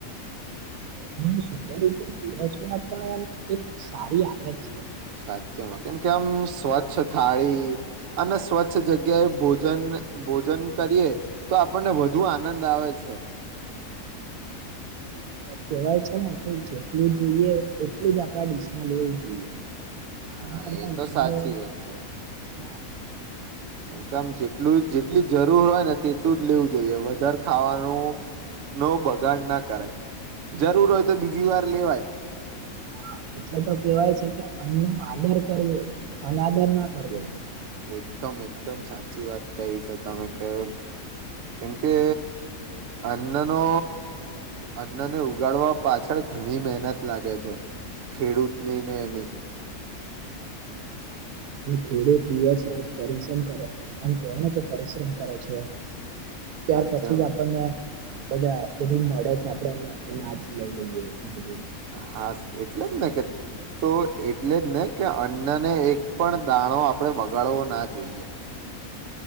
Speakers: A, on the right (about 85°); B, on the right (about 65°).
A: દર રીતે પરસવા પણ એક સારી આદત છે.
B: સાચેમાં કે, મ કે આમ સ્વચ્છ થાળી, અને સ્વચ્છ જગ્યાએ ભોજન ભોજન કરીએ, તો આપણને વધુ આનંદ આવે છે.
A: કેવાય છેને, કે જેટલું જોઈએ એટલું જ આપડા ડીશમાં લેવું જોઈએ
B: હા,
A: એના કરતા
B: એ તો
A: વધારે
B: સાચી વાત છે.
A: હા.
B: કેમકે આમ જેટલું, જેટલી જરૂર હોય, ને તેટલું જ લેવું જોઈએ, વધારે ખાવાનું નવ બગાડ ના કરાય, જરૂર હોય, તો બીજી વાર લેવાય
A: હા, એટલે તો કેવાય છે, કે અન્નો આદર કરવો અ આદર ના કરવો
B: એકદમ એકદમ સાચી વાત કહી છે, તમે કે કેમ કે અન્નનો અન્નને ઉગાડવા પાછળ ઘણી, મહેનત લાગે છે. ખેડૂતની, ને એની
A: ખેડૂત દિવસ રાત પરિશ્રમ કરે આમ કેને કે પરિશ્રમ કરે છે. ત્યાર
B: સાચેમાં
A: પછી, જ આપણ ને. બધાને બધું મળે છે. આપણેેને એને જ લઈ લઈએ એ બધું.
B: હા, એટલે જ ને કે, તો એટલે જ ને કે અન્ન ને એક પણ દાણો. દાણો આપડે બગાડવો, ના જોઈએ.
A: <inaudible>